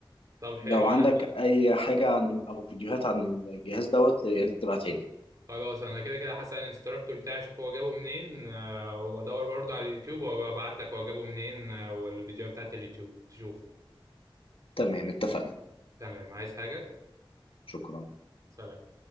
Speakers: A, on the right; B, on the left.
A: طب حلو
B: لو عندك
A: انا
B: اي حاجه عن او فيديوهات عن الجهاز دوت يا ريت تبعتها لي
A: خلاص انا كده كده هسأل الانستراكتور بتاعي اشوف هو جابه منين آه، وادور برضه على اليوتيوب وابعت لك هو جابه منين آه، والفيديوهات بتاعت اليوتيوب تشوف
B: تمام اتفقنا
A: تمام عايز حاجة
B: شكرا
A: سلام